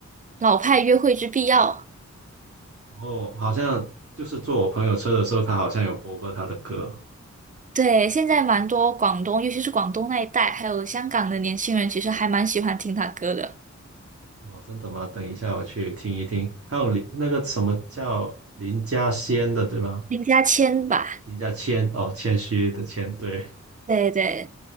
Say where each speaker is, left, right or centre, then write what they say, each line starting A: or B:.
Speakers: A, on the right (about 25°); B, on the right (about 50°).
A: 《老派约会之必要》
B: 然后好像就是坐我朋友车的时候，他好像有播过他的歌。
A: 对，现在蛮多广东，尤其是广东那一带，还有香港的年轻人，其实还蛮喜欢听他歌的。
B: 哦，真的吗？等一下我去听一听。还有林那个什么叫林家仙的，对吧？
A: 林家谦吧，
B: 林家谦，哦，谦虚的谦，对，
A: 对对，